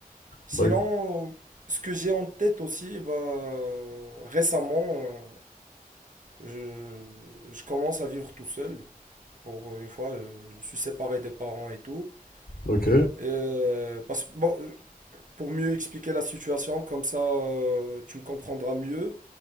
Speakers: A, on the right; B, on the left.
A: Sinon,
B: Bah, écoute,
A: ce que j'ai en tête aussi, bah, euh, récemment, euh, je, je commence à vivre tout seul. Pour euh, une fois, je, je me suis séparé des parents et tout.
B: ok.
A: Euh, parce, bon, pour mieux expliquer la situation, comme ça euh, tu me comprendras mieux.